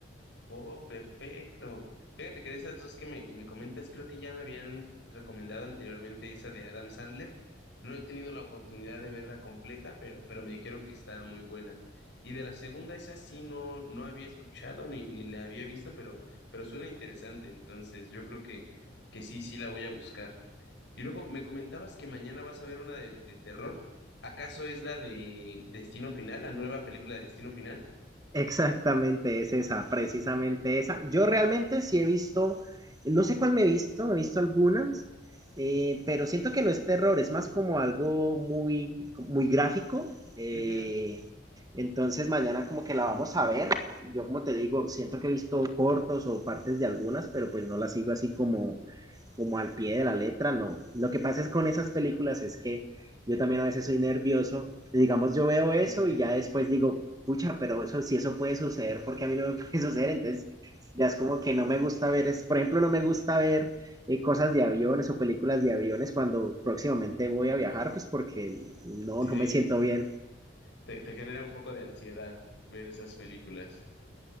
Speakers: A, on the left; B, on the right.
A: Oh, perfecto. Fíjate que de esas dos que me, me comentas, creo que ya me habían recomendado anteriormente esa de Adam Sandler. No he tenido la oportunidad de verla completa, pero, pero me dijeron que estaba muy buena. Y de la segunda, esa sí no, no había escuchado ni, ni la había visto, pero, pero suena interesante. Entonces, yo creo que, que sí, sí la voy a buscar. Y luego me comentabas que mañana vas a ver una de, de terror. ¿Acaso es la de Destino Final, la nueva película de Destino Final?
B: Exactamente, es esa, precisamente esa. Yo realmente sí he visto, no sé cuál me he visto, me he visto algunas, eh, pero siento que no es terror, es más como algo muy, muy gráfico. eh,
A: Ujú.
B: entonces mañana como que la vamos a ver. Yo como te digo, siento que he visto cortos o partes de algunas, pero pues no las sigo así como, como al pie de la letra, no. Lo que pasa es con esas películas es que yo también a veces soy nervioso. Y digamos, yo veo eso
A: <laughs>
B: y ya después digo, pucha, pero eso si eso puede suceder, porque a mí no me <laughs> puede suceder. Entonces, ya es como que no me gusta ver, es, por ejemplo, no me gusta ver eh, cosas de aviones o películas de aviones cuando próximamente voy a viajar, pues porque no,
A: Sí.
B: no me siento bien.
A: Te, te genera un poco de ansiedad ver esas películas.